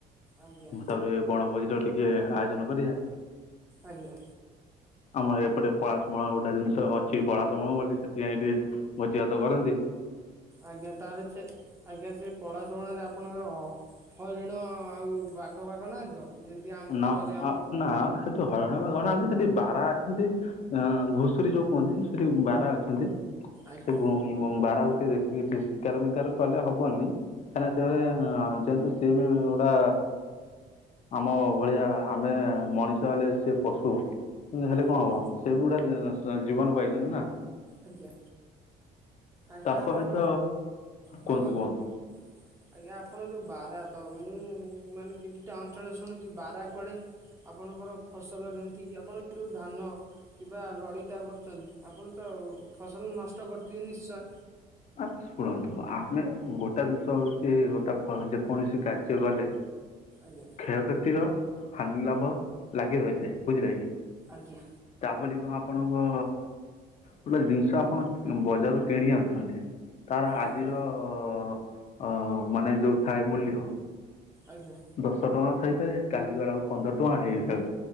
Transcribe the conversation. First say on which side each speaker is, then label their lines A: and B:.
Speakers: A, on the right; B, on the left.
A: ଆଜ୍ଞା
B: ତାପରେ ବଣଭୋଜି ଟ ଟି ଟିକେ ଆୟୋଜନ କରିବା।
A: ଆଜ୍ଞା।
B: ଆମର ଏପଟେ ପଳାଶ୍ରମ ଟା ଜିନିଷ ଅଛି ପଳାଶ ବଣ ବୋଲି, ସେଠି ଯାଇ ଟିକେ ଭୋଜିଭାତ କରନ୍ତେ।
A: ଆଜ୍ଞା ତାହେଲେ ସେ ଆଜ୍ଞା ସେ ପଳାଶୁଣୀରେ, ଆପଣଙ୍କର ହରିଣ ଆଉ ବାଘ ପାଘ ନାହାନ୍ତି ତ? ଯେମିତି ଆମକୁ
B: ନା
A: ଗଲେ ଆମ
B: ନା ସେଠି ହରିଣ, ବାଘ ନାହାନ୍ତି। ସେଠି ବାରହା ଅଛନ୍ତି। ଅ ଘୁଷୁରୀ ଯୋଉ କୁହନ୍ତି ସେଠି ବାରହା ଅଛନ୍ତି,
A: ଆଜ୍ଞା
B: ସେ ଗୋ ବାରହା ଗୋଟେ ଦେ ଏଠି ଶିକାର ମିକାର କଲେ ହବନି। କାହିଁକି ସେ ଯେହେତୁ ସିଏ ବି ଗୁଡା ଆମ ଭଳିଆ ଆମେ ମଣିଷ ହେଲେ ସେ ପଶୁ, କିନ୍ତୁ ହେଲେ
A: ଆଜ୍ଞା
B: କଣ ହବ ସେ ବି ଗୁଟେ ଜୀବନ ପାଇଚନ୍ତି ନା।
A: ଆଜ୍ଞା ଆଜ୍ଞା
B: ତାଙ୍କ
A: ଆପଣ,
B: ସହିତ
A: ହଉ
B: କୁହନ୍ତୁ
A: ଆଜ୍ଞା
B: କୁହନ୍ତୁ
A: କୁହ ଆଜ୍ଞା ଆପଣ ଯୋଉ ବାରହା, ତ ମୁଁ ମାନେ କିଛିଟା ଅଞ୍ଚଳ ଶୁଣିଛି ବାରହା କୁଆଡେ ଆପଣଙ୍କର ଫସଲ ଯେମିତିକି, ଆପଣ ଯୋଉ ଧାନ କିମ୍ବା ଲଳିତା କରୁଛନ୍ତି। ଆପଣ ତ ଫସଲ ନଷ୍ଟ କରୁଥିବେ ନିଶ୍ଚୟ।
B: ଆ ଶୁଣନ୍ତୁ ଆମେ ଗୋଟା ଜିନିଷ ହଉଛି, ଗୋଟା ଫ ଯେକୌଣସି କାର୍ଯ୍ୟ କଲେ
A: ଆଜ୍ଞା।
B: କ୍ଷୟକ୍ଷତିର, ହାନି ଲାଭ ଲାଗି ରହିଥାଏ ବୁଝିଲେ କି।
A: ଆଜ୍ଞା।
B: ତା ବୋଲି କଣ ଆପଣଙ୍କ, ଗୋଟେ ଜିନିଷ ଆପଣ ବଜାରରୁ କିଣି ଆଣୁଛନ୍ତି। ତାର ଆଜିର
A: ଆଜ୍ଞା
B: ଅ ମାନେ ଯୋଉ ଥାଏ ମୂଲ୍ୟ
A: ଆଜ୍ଞା।
B: ଦଶ ଟଙ୍କା ଥାଇପାରେ, କାଲି ଗଲାବେଳକୁ ପନ୍ଦର ଟଙ୍କା ହେଇଯାଉଛି।